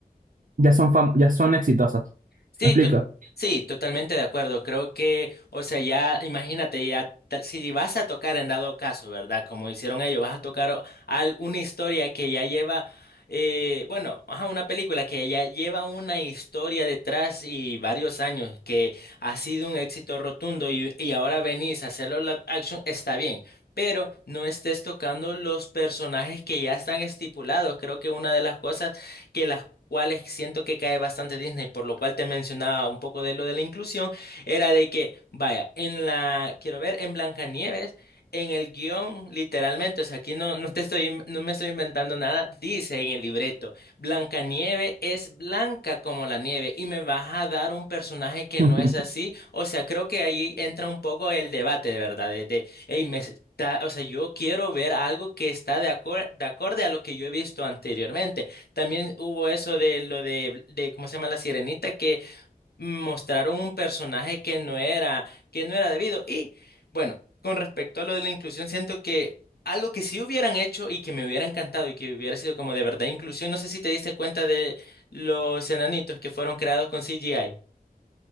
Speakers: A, on the right; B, on the left.
A: ya son fam- ya son exitosas.
B: Sí,
A: ¿Me explico?
B: to- sí, totalmente de acuerdo. Creo que, o sea, ya imagínate, ya tra- si vas a tocar en dado caso, ¿verdad? Como hicieron ellos, vas a tocar o- al- una historia que ya lleva, eh, bueno, ajá, una película que ya lleva una historia detrás y varios años, que ha sido un éxito rotundo y, y ahora venís a hacerlo live action, está bien. Pero no estés tocando los personajes que ya están estipulados. Creo que una de las cosas que las cuales siento que cae bastante Disney, por lo cual te mencionaba un poco de lo de la inclusión, era de que, vaya, en la, quiero ver, en Blancanieves, en el guión, literalmente, o sea, aquí no, no te estoy, in- no me estoy inventando nada, dice en el libreto, Blancanieves es blanca como la nieve y me vas a dar un personaje que
A: <laughs>
B: no es así, o sea, creo que ahí entra un poco el debate, de verdad, de, de hey, me está- o sea, yo quiero ver algo que está de acor- de acorde a lo que yo he visto anteriormente. También hubo eso de lo de, de ¿cómo se llama? La Sirenita, que mostraron un personaje que no era, que no era debido. Y bueno, con respecto a lo de la inclusión, siento que algo que sí hubieran hecho y que me hubiera encantado y que hubiera sido como de verdad inclusión, no sé si te diste cuenta de los enanitos que fueron creados con CGI.